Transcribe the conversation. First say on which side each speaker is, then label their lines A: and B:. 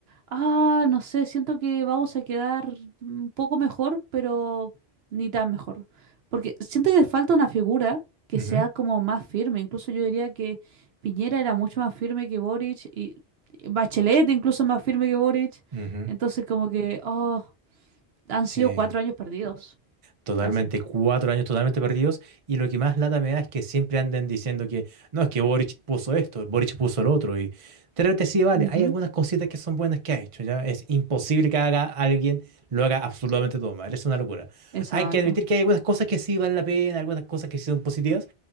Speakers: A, on the right (about 65°); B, on the right (about 35°).
A: Ah, no sé, siento que vamos a quedar un poco mejor, pero ni tan mejor. Porque siento que falta una figura que
B: ujú,
A: sea como más firme. Incluso yo diría que Piñera era mucho más firme que Boric y y Bachelet incluso más firme que Boric.
B: ujú.
A: Entonces como que, oh, han
B: Sí,
A: sido cuatro años perdidos,
B: totalmente,
A: casi.
B: cuatro años totalmente perdidos. Y lo que más lata me da es que siempre anden diciendo que no, es que Boric puso esto, Boric puso lo otro. Y de repente sí, vale,
A: Ujú,
B: hay algunas cositas que son buenas que ha hecho, ¿ya? Es imposible que haga alguien lo haga absolutamente todo mal, es una locura.
A: Exacto.
B: Hay que admitir que hay algunas cosas que sí valen la pena, algunas cosas que sí son positivas,